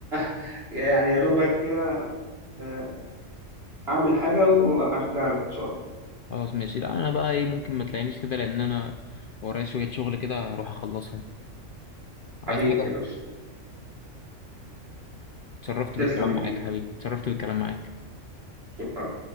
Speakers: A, on the right (about 50°); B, on the left (about 55°).
A: <laughs> يعني يا دوبك كده آه، اعمل حاجه وهرجع لك ان شاء الله
B: خلاص ماشي لا انا بقى ايه ممكن ما تلاقينيش كده لان انا ورايا شوية شغل كده هروح اخلصهم عايز
A: حبيبي
B: حاجة
A: يا باشا
B: اتشرفت
A: تسلم
B: بالكلام
A: يا كبير
B: معاك يا حبيبي اتشرفت بالكلام معاك
A: شكرا